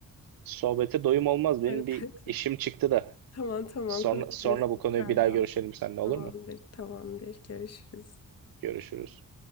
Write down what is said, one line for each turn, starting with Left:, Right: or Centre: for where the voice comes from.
Right: sohbete doyum olmaz. Benim
Left: Evet,
Right: bir
Left: evet.
Right: işim çıktı da.
Left: Tamam tamam
Right: Sonra,
Left: konuşuruz
Right: sonra bu
Left: tekrardan.
Right: konuyu bir daha görüşelim seninle olur
Left: Tamamdır
Right: mu?
Left: tamamdır görüşürüz.
Right: Görüşürüz.